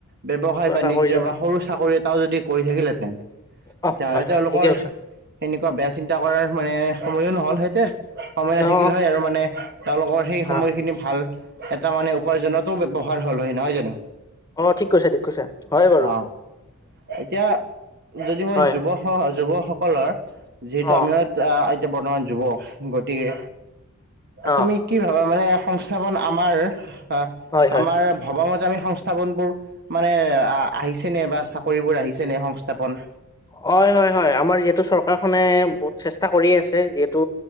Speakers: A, on the right (about 45°); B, on the left (about 15°).
A: ব্যৱসায়
B: কিবা
A: -বাণিজ্য
B: এটা কৰিলে
A: বা
B: হয়
A: সৰু চাকৰিত, তাও যদি কৰি থাকিলেহেঁতেন তেতিয়াহ'লে
B: অ হয় হয়
A: তেওঁলোকৰ
B: ঠিকে কৈছা
A: সেনেকুৱা বেয়া চিন্তা কৰাৰ মানে, সময়ো নহলহেঁতেন। সময় নাথাকিল
B: অ
A: হয় আৰু মানে, তেওঁলোকৰ সেই সময়খিনি
B: অ
A: ভাল, এটা মানে উপাৰ্জনতো ব্যয়ৱহাৰ হ'ল হয় নহয় জানো
B: অ ঠিক কৈছো ঠিক কৈছো হয় বাৰু
A: অ' এতিয়া যদি মই
B: হয়
A: যুৱ যুৱ সকলৰ যিহেতু
B: অ
A: আমি এয়া বৰ্তমান যুৱ গতিকে
B: অ
A: তুমি কি ভাবা মানে সংস্থাপন আমাৰ হয়
B: হয় হয়
A: আমাৰ ভবাম সংস্থাপনবোৰ মানে আহিচে নে এবাৰ কৰিববোৰ আহিছে নে সংস্থাপন
B: হয় হয় হয় আমাৰ যিহেতু চৰকাৰখনে বহুত চেষ্টা কৰিয় আছে যিহেতু